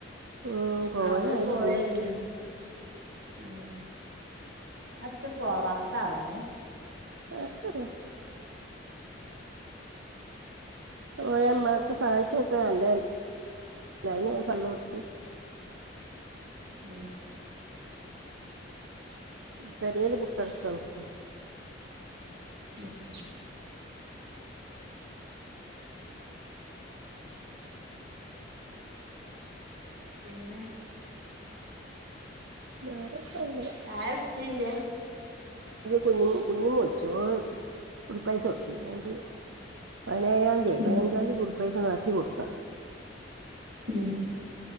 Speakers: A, on the right (about 80°); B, on the right (about 55°).
A: ഉം പോവാനായി
B: ആ അവര് പോയല്യ
A: തുടങ്ങി
B: ഉം അത്ത പോവാത്ത ആവലെ
A: ആർക്കറിയ ഓ അമ്മമാക്ക് സഹായിച്ചൊക്കെ നലെ ല്ലായിന കല്ലോടുത്ത്
B: മം <unintelligible>
A: പെരല് പു <unintelligible>
B: മം പിന്നെ
A: വേറെക്കന്നെ
B: ചായ കുടിച്ചില്ല
A: കുഞ്ഞും കുഞ്ഞും മുൊളിച്ചോ എന്തോ കുറിപ്പായസ <unintelligible> പതിനേഴാം തീയായി
B: ഉം
A: പതിനഞ്ചാം തീയതി കുറിപ്പസ നടത്തി കൊടുക്കാ
B: ഉം